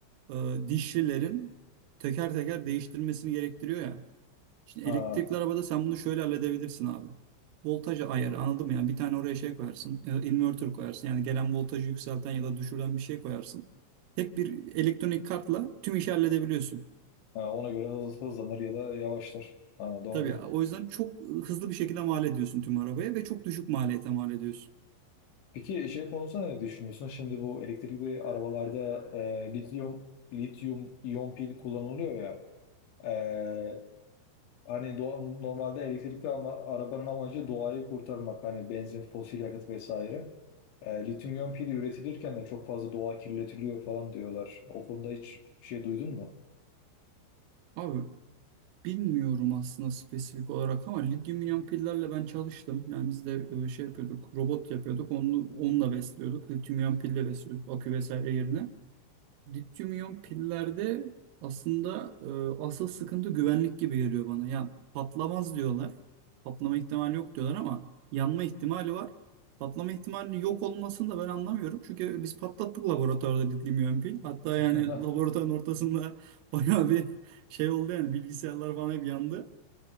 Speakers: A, on the right; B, on the left.
A: e, dişlilerin teker teker değiştirmesini gerektiriyor ya. Şimdi
B: Ha,
A: elektrikli arabada sen bunu şöyle halledebilirsin abi. Voltaj ayarı anladın mı? Yani bir tane oraya şey koyarsın. e, Inverter koyarsın. Yani gelen voltajı yükselten ya da düşüren bir şey koyarsın. Tek bir elektronik kartla tüm işi halledebiliyorsun.
B: ha, ona göre hız, hızlanır ya da yavaşlar. Ha, doğru.
A: Tabii o yüzden çok hızlı bir şekilde mal ediyorsun tüm arabaya ve çok düşük maliyete mal ediyorsun.
B: Peki şey konusunda ne düşünüyorsun? Şimdi bu elektrikli arabalarda e, lityum lityum iyon pil kullanılıyor ya. e, Hani doğa- normalde elektrikli ama arabanın amacı doğayı kurtarmak. Hani benzin, fosil yakıt vesaire. E, lityum iyon pili üretilirken de çok fazla doğa kirletiliyor falan diyorlar. O konuda hiç bir şey duydun mu?
A: Abi bilmiyorum aslında spesifik olarak ama lityum iyon pillerle ben çalıştım. Yani biz de e, şey yapıyorduk, robot yapıyorduk. Onu, onunla besliyorduk. Lityum iyon pille besliyorduk akü vesaire yerine. Lityum iyon pillerde aslında e, asıl sıkıntı güvenlik gibi geliyor bana. Yani patlamaz diyorlar. Patlama ihtimali yok diyorlar ama yanma ihtimali var. Patlama ihtimali yok olmasını da ben anlamıyorum. Çünkü biz patlattık laboratuvarda lityum iyon pil. Hatta
B: <laughs>
A: yani laboratuvarın ortasında <laughs> bayağı bir şey oldu yani bilgisayarlar falan hep yandı.